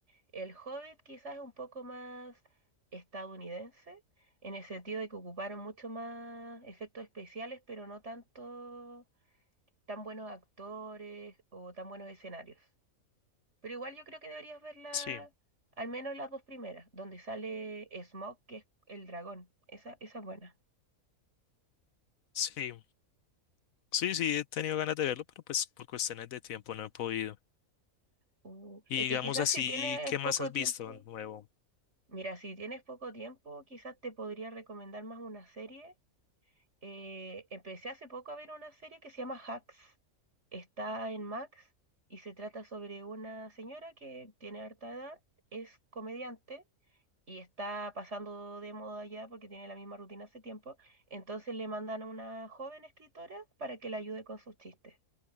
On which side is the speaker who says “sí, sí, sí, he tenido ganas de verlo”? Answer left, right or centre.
Left